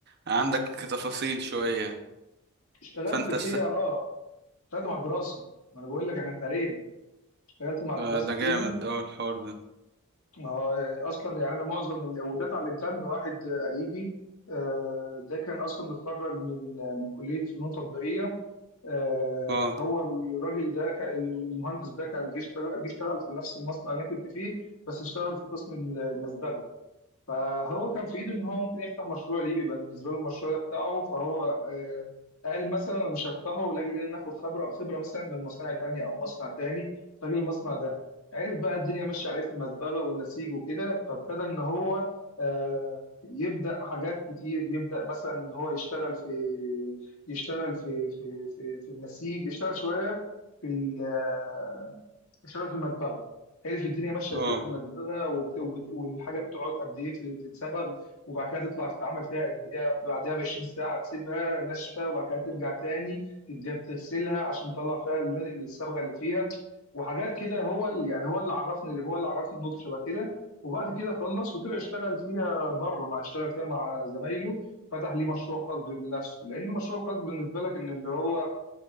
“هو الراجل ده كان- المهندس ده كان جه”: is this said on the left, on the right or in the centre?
Left